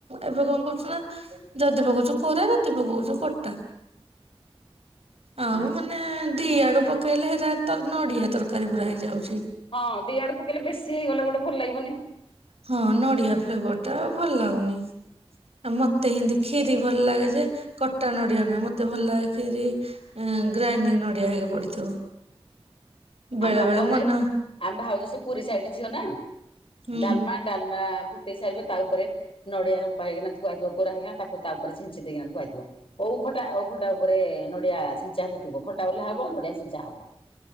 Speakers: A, on the right (about 70°); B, on the left (about 60°).
A: ଏବେ କଣ କରୁଚୁ ନା ଯଦି ପକଉଚୁ କୋରା ଯଦି ପକଉଚୁ କଟା। ଆଉ
B: ଆଚ୍ଛା
A: ମାନେ ଦି ଆଡୁ ପକେଇଲେ ହେଟା ତ ନଡିଆ ତରକାରୀ ପୁରା ହେଇଯାଉଚି।
B: ହଁ ଦିଆଡୁ ପକେଇଲେ ବେଶୀ ହେଇଗଲେ ଗୋଟେ ଭଲ ଲାଗିବନି।
A: ହଁ ନଡିଆ ଫ୍ଲେଭର ଟା ଭଲ ଲାଗୁନି। ଆ ମତେ ହିନ୍ତି ଖିରି ଭଲ ଲାଗେ ଯେ କ କଟା ନଡ଼ିଆ ନୁହେଁ ମତେ ଭଲ ଲାଗେ ଖିରି ଆଁ ଗ୍ରାଇଡିଙ୍ଗ ନଡିଆ ହେଇକି ପଡିଥିବ। ବେଳେ
B: ଆମ ବାପ
A: ବେଳେ
B: ଘରେ
A: ମନ
B: ଆମ ଭାଉଜ ସେ ପୁରୀ ସାଇଡ ଝିଅ ନା
A: ହୁଁ
B: ଡାଲମା ଡାଲମା ଫୁଟେଇ ସାରିବେ ତା ଉପରେ ନଡିଆ ରମ୍ପା ହେଇକି ନା ଥୁଆହେଇଥିବ କୋରା ହେଇକନା ତାକୁ ତା ଉପରେ ଛିଞ୍ଚି ଦେଇକିନା ଥୁଆହେଇଥିବ। ଓଉ ଖଟା ଓଉ ଖଟା ଉପରେ ନଡିଆ ଛିଞ୍ଚା ହେଇଥିବ ଖଟା ଓଲ୍ହା ହବ ନଡିଆ ଛିଞ୍ଚା ହବ।